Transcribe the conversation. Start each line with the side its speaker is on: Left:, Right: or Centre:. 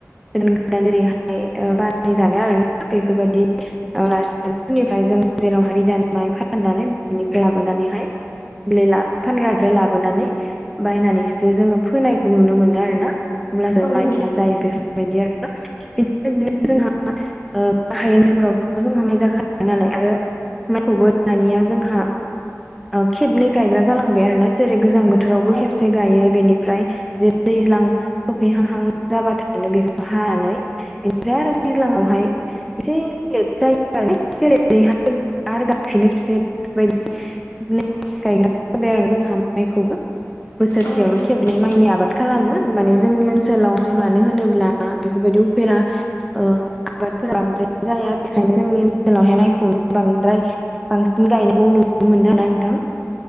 Centre: <unintelligible> जानो आरोना बेफोरबायदि ओ नार्सारिफोरनिफ्राय जों जेरावहाय बिदान माइ फाननानै बिनिफ्राय लाबोनानैहाय <unintelligible> लाबोनानै बायनानैसो जोङो फोनायखौ नुनो मोनो आरोना अब्लासो
Left: औ
Centre: माइया
Left: नोंथां
Centre: जायो बेफोर बायदि आरोना बेफोरबायदिनो जोंहा ओ गाहाय ओनसोलफोराव जोंहा माय जाखायो <unintelligible> नालाय आरो माइखौबो दानिया जोंहा ओ खेबनै गायग्रा जालांबाय आरोना जेरै गोजां बोथोरावबो
Left: औ
Centre: खेबसे गायो बेनिफ्राय जे दैज्लां <unintelligible> हाहां जाबाथाय बेखौ हानानै बेनिफ्राय आरो दैज्लाङावहाय एसे लेट जायो आरोना एसे लेटै हायो आरो गायफिनो बिसोर बेफोरबायदि। लेट गायग्रा जाबाय आरो जोंहा माइखौबो बोसोरसेयावनो
Left: औ नोंथां औ
Centre: खेबनै माइनि आबाद खालामो माने जोंनि ओनसोलावहाय मानो होनोब्ला बेफोरबायदि उफेरा ओ आबादफोरा बांद्राय जाया बेखायनो जोंनि ओनसोलावहाय मायखौनो बांद्राय बांसिन गायनायखौ नुनो मोनो आरोना नोंथां।